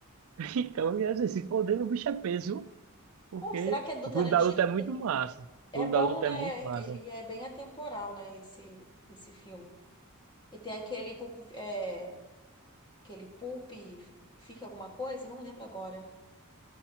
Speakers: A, on the right (about 70°); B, on the left (about 20°).
A: <laughs> Então, eu ia dizer, se for dele, o bicho é peso, viu? porque
B: Pô, será que é do
A: o
B: Tarantino?
A: Clube da Luta é muito massa.
B: É
A: O Clube
B: bom,
A: da Luta
B: né?
A: é muito massa.
B: Ele é bem atemporal, né? Esse, esse filme. E tem aquele Pulp, é, aquele Pulp Fica Alguma Coisa? Não lembro agora.